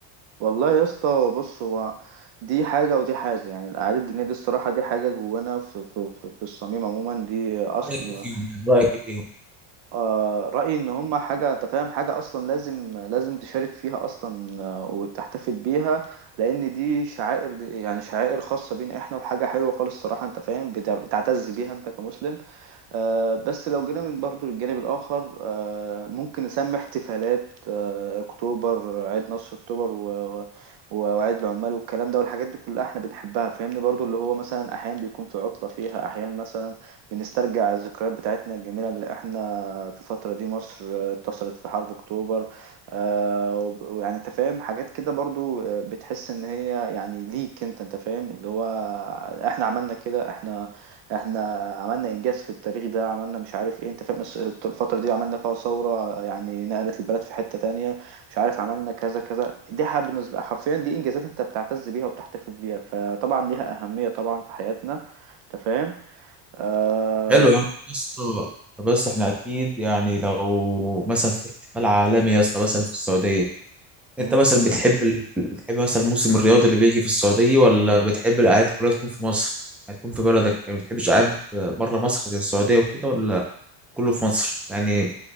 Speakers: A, on the right; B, in the centre.
A: والله يا اسطى بص هو دي حاجة ودي حاجة يعني الأعياد الدينية دي الصراحة دي حاجة جوانا في, في, في, في الصميم عموما دي أصل
B: رايك ايه فيهم يعني رايك ايه فيهم
A: آه، رأيي إن هما حاجة أنت فاهم حاجة أصلا لازم لازم تشارك فيها أصلا آه، وتحتفل بيها لأن دي شعائر دي يعني شعائر خاصة بينا إحنا وحاجة حلوة خالص الصراحة أنت فاهم بتع- بتعتز بيها أنت كمسلم آه، بس لو جينا من برضو للجانب الآخر آه، ممكن نسمي احتفالات آه، أكتوبر عيد نصر أكتوبر و- و- وعيد العمال والكلام ده والحاجات دي كلها احنا بنحبها فاهمني برضو اللي هو مثلا أحيانا بيكون في عطلة فيها أحيانا مثلا بنسترجع الذكريات بتاعتنا الجميلة اللي احنا في الفترة دي مصر آه، انتصرت في حرب أكتوبر آه، وب- ويعني أنت فاهم حاجات كده برضو آه، بتحس إن هي يعني ليك أنت أنت فاهم اللي هو احنا عملنا كده احنا احنا عملنا انجاز في التاريخ ده عملنا مش عارف ايه انت فاهم بس الفتره دي عملنا فيها ثوره يعني نقلت البلد في حته تانية مش عارف عملنا كذا كذا دي ح- بالنسبه حرفيا دي انجازات انت بتعتز بيها وبتحتفل بيها فطبعا ليها اهميه طبعا في حياتنا انت فاهم آه...
B: حلو يا عم يا اسطى طب يا اسطى احنا اكيد يعني لو مثلا في احتفال عالمي يا اسطى مثلا في السعوديه انت
A: مم.
B: مثلا بتحب ال... بتحب مثلا الموسم الرياضي اللي بيجي في السعوديه ولا بتحب الاعياد كلها تكون في مصر هتكون في بلدك يعني ما بتحبش اعياد بره مصر زي السعوديه وكده ولا كله في مصر يعني